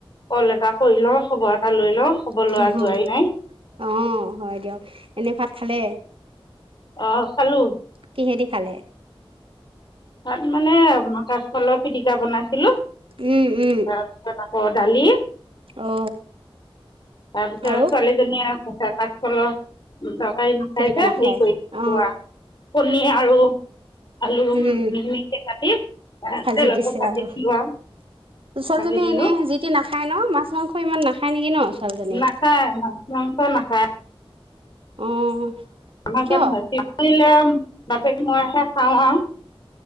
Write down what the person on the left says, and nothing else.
কল এটা কৰি লওঁ, খবৰ এটা লৈ লওঁ। খবৰ
লোৱা
যোৱাই নাই
অ', খালোঁ।
ভাত মানে কাচকলৰ পিটিকা বনাই ছিলোঁ।
তাৰপিছত আকৌ দালি
তাৰপিছত
ছোৱালীজনীয়ে <unintelligible> কলৰ তাই খাইছে
হেৰি কৰি খোৱা
কণী আৰু আলু
মিহি-মিহিকে কাটি এ
তেলতে
ভাঁজি
দিলোঁ আৰু।
ভাজি দিলো
নাখায়, মাছ-মাংস নাখায়।
আমাৰজান
ভাইটীক পৰিলে বাপেক মইহে খাওঁ আৰু।